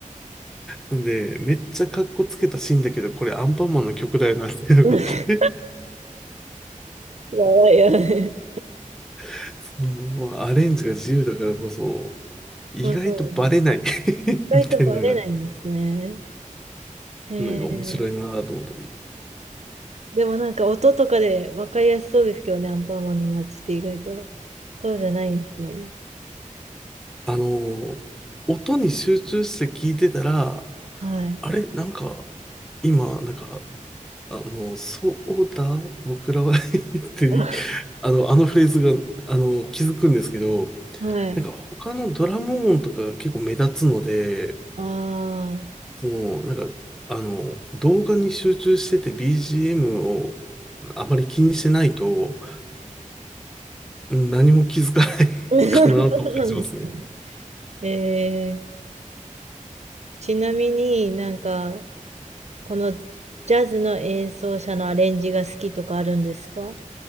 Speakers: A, in the centre; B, on the right.
A: なんで、めっちゃかっこつけたシーンだけど、これアンパンマンの曲だよなっていうのがあって、
B: ー、<laughs> やばいやばい。
A: <laughs> その、まあ、アレンジが自由だからこそ、意外とバレない
B: まあそうですね
A: <laughs>
B: 意外とバレないんですね。
A: みたいなのがあって、
B: え
A: なんか面白いなと思ったり。
B: ー、でもなんか音とかで分かりやすそうですけどね、アンパンマンの街って意外と。そうじゃないんですね。
A: あのー音に集中して聞いてたら、
B: はい。
A: あれなんか、今、なんか、あの、そうだ、僕らは <laughs> って
B: <laughs>
A: あの、あのフレーズが、あの、気づくんですけど、
B: はい。
A: なんか他のドラム音とかが結構目立つので、
B: ああ。
A: その、なんか、あの、動画に集中してて BGM をあまり気にしてないと、うん何も気づかない
B: <laughs>
A: <laughs>
B: そうなんです
A: かなと感じますね。
B: ね。えー、ちなみになんか、このジャズの演奏者のアレンジが好きとかあるんですか